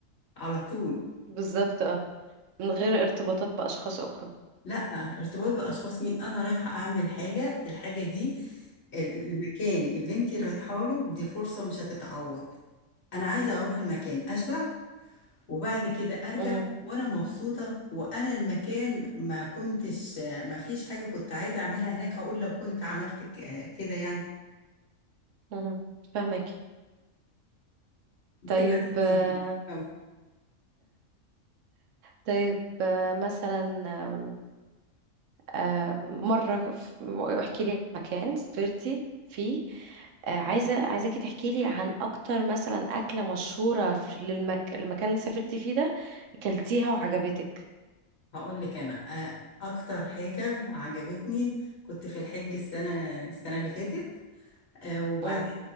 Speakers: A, on the left (about 55°); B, on the right (about 70°).
A: على طول
B: بالظبط اه من غير ارتباطات بأشخاص أخرى
A: لا ارتباط باشخاص مين انا رايحه اعمل حاجه الحاجه دي ال- المكان اللي انت رايحه له دي فرصه مش هتتعوض انا عايزه اروح المكان اشبع وبعد كده ارجع
B: مهم.
A: وانا مبسوطه وانا المكان ما كنتش ما فيش حاجه كنت عايزه اعملها هناك اقول لو كنت عملت ك- كده يعني
B: مهم. فاهمك
A: بتبقى
B: طيب آه،
A: جميله أوي
B: طيب آه، مثلا آم، آه، مرة ف- احكي لي مكان سافرتي فيه آه، عايزة عايزاكي تحكي لي عن أكتر مثلا أكلة مشهورة في للمك... المكان اللي سافرتي فيه ده أكلتيها وعجبتك
A: هقول لك انا آه، اكتر حاجه عجبتني كنت في الحج السنه السنه اللي فاتت آه، وبعدين
B: مم.